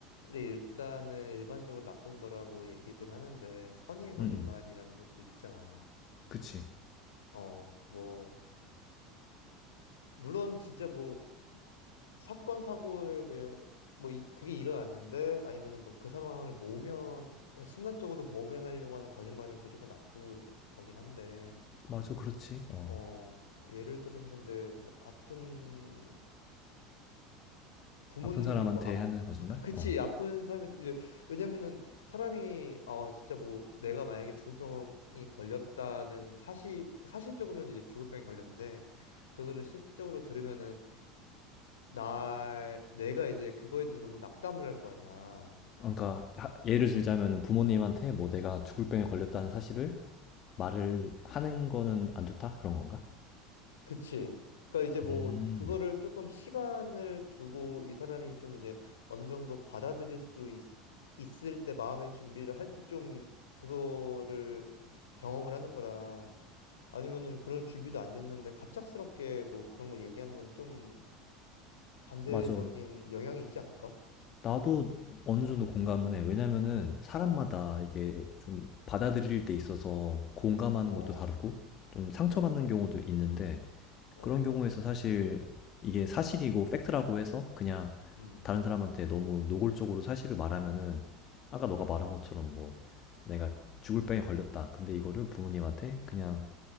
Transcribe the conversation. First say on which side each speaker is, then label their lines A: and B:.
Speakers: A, on the left (about 70°); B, on the left (about 35°).
A: 일단은 일반적으로 나쁜 거라고 얘기들 하는데 선의의 거짓말이라는
B: 응, 응.
A: 것도 있잖아.
B: 그치.
A: 어, 뭐 물론 진짜 뭐 사건 사고에 대해 뭐 이- 그게 일어났는데 아니면은 뭐 그 상황을 모면 순간적으로 모면하려고 하는 거짓말은 무조건 나쁜 거긴 한데
B: 맞아, 그렇지. 어.
A: 어, 예를 들어서 근데 뭐 아픈 부모님이
B: 아픈 사람한테
A: 뭐 아,
B: 하는 거짓말?
A: 그- 그, 그치
B: 어.
A: 아픈 삶은 이제 왜냐면은 사람이 어 진짜 뭐 내가 만약에 주구병이 걸렸다는 사실 사실적으로는 이제 주구병이 걸렸는데 그거를 실질적으로 들으면은 나 내가 이제 그거에 대해서 너무 낙담을 할 거 아니야.
B: 그러니까, 하- 예를 들자면은 부모님한테 뭐 내가 죽을 병에 걸렸다는 사실을 말을 하는 거는 안 좋다? 그런 건가?
A: 그치. 그러니까 이제 뭐
B: 음.
A: 그거를 조금 시간을 두고 이 사람이 좀 이제 어느 정도 받아들일 수 있, 있을 때 마음의 준비를 할 때 좀 그거를 경험을 하는 거랑 아니면은 그런 준비도 안 됐는데 갑작스럽게 뭐 그런 거 얘기하는 거는 좀 반대적인
B: 맞아.
A: 영향이 있지 않을까?
B: 나도 어느 정도 공감은 해. 왜냐면은 사람마다
A: 어,
B: 이게 좀 받아들일 때 있어서 공감하는
A: 어,
B: 것도 다르고 좀 상처받는
A: 어,
B: 경우도 있는데
A: 어,
B: 그런 경우에서 사실 이게 사실이고 팩트라고 해서 그냥
A: 음,
B: 다른 사람한테 너무 노골적으로 사실을 말하면은 아까 너가 말한 것처럼 뭐 내가 죽을 병에 걸렸다. 근데 이거를 부모님한테 그냥